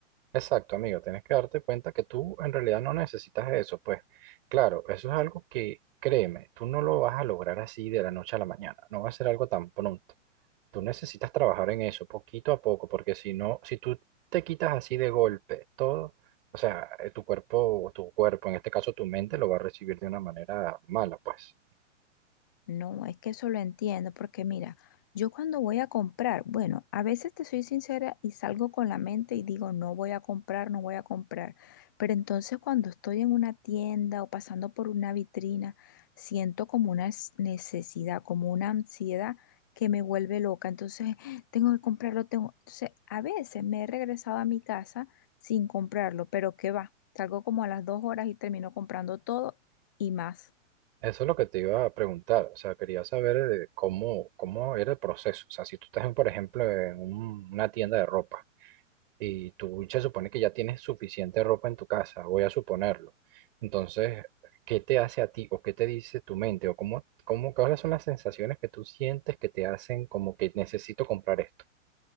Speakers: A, on the right (about 45°); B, on the left (about 15°).
A: Exacto, amigo, tienes que darte cuenta que tú en realidad no necesitas eso, pues. Claro, eso es algo que, créeme, tú no lo vas a lograr así de la noche a la mañana, no va a ser algo tan pronto. Tú necesitas trabajar en eso poquito a poco, porque si no, si tú te quitas así de golpe todo, o sea, eh, tu cuerpo, tu cuerpo, en este caso tu mente, lo va a recibir de una manera mala, pues.
B: No, es que eso lo entiendo, porque mira, yo cuando voy a comprar, bueno, a veces te soy sincera y salgo con la mente y digo, no voy a comprar, no voy a comprar. Pero entonces cuando estoy en una tienda o pasando por una vitrina, siento como una s- necesidad, como una ansiedad que me vuelve loca. Entonces, <gasps> tengo que comprarlo, tengo. Entonces, a veces me he regresado a mi casa sin comprarlo, pero qué va, salgo como a las dos horas y termino comprando todo y más.
A: Eso es lo que te iba a preguntar, o sea, quería saber eh, cómo, cómo era el proceso, o sea, si tú estás, en, por ejemplo, en un- una tienda de ropa. y tú se supone que ya tienes suficiente ropa en tu casa, voy a suponerlo. Entonces, ¿qué te hace a ti o qué te dice tu mente o cómo, cómo, cuáles son las sensaciones que tú sientes que te hacen como que necesito comprar esto?